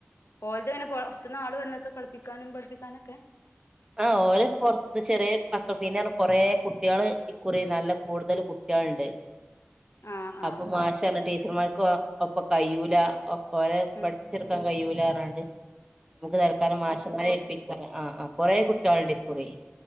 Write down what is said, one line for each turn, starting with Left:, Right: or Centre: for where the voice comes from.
Left: ഓൽത്ങ്ങനെ പൊർത്ത്ന്ന് ആൾ വന്നക്ക കളിപ്പിക്കാനും പഠിപ്പിക്കാനൊക്കെ?
Right: ആഹ് ഓല് പൊർത്ത് ചെറ്യോ മക്ക പിന്നെർഞ്ഞ കൊറേ കുട്ട്യോള് ഇക്കുറി നല്ല കൂടുതൽ കുട്ട്യാള്ണ്ട്.
Left: ആഹ് ആഹ്
Right: അപ്പൊ മാഷർഞ്ഞ ടീച്ചർമാർക്ക് ഒ ഒപ്പ കയ്യൂല ഓലെ
Left: ഉം
Right: പഠി ച്ചെടുക്കാൻ കഴിയൂലാർഞ്ഞാണ്ട് നമുക്ക് തൽക്കാലം മാശമാരെ ഏൽപ്പിക്കാ ആഹ് ആഹ്. കൊറേ കുട്ട്യാള്ണ്ട്
Left: ആണോ
Right: ഇക്കുറി